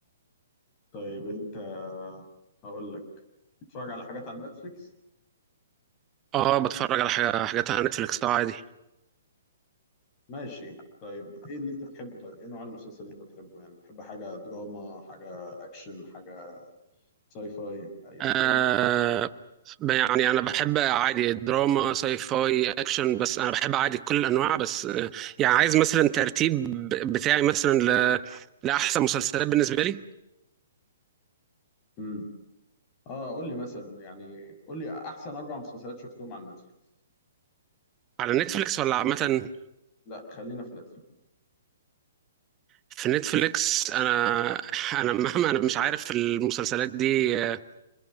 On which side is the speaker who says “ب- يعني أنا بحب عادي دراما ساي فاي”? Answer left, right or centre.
Right